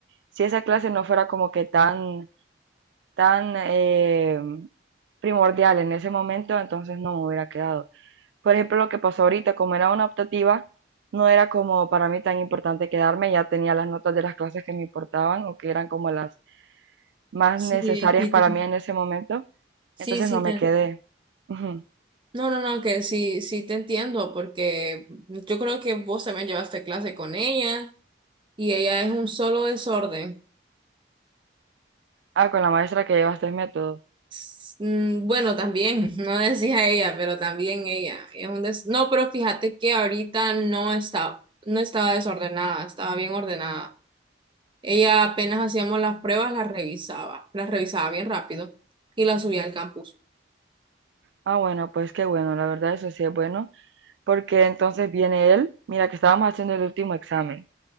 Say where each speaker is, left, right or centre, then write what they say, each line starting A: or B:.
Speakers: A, on the right; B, on the right.
A: si esa clase no fuera como que tan, tan eh, primordial en ese momento, entonces no me hubiera quedado. Por ejemplo, lo que pasó ahorita, como era una optativa, no era como para mí tan importante quedarme, ya tenía las notas de las clases que me importaban o que eran como las más
B: Sí,
A: necesarias
B: sí,
A: para
B: te-
A: mí en ese momento,
B: sí,
A: entonces
B: sí
A: no me
B: te-
A: quedé. Ujú.
B: No, no, no, que sí, sí te entiendo, porque yo creo que vos también llevaste clase con ella y ella es un solo desorden.
A: Ah, con la maestra que lleva tres métodos.
B: S- mm, Bueno, también, <laughs> no decía ella, pero también ella es un des... No, pero fíjate que ahorita no estaba, no estaba desordenada, estaba bien ordenada. Ella apenas hacíamos las pruebas, las revisaba, las revisaba bien rápido y las subía al campus.
A: Ah, bueno, pues qué bueno, la verdad eso sí es bueno, porque entonces viene él, mira que estábamos haciendo el último examen.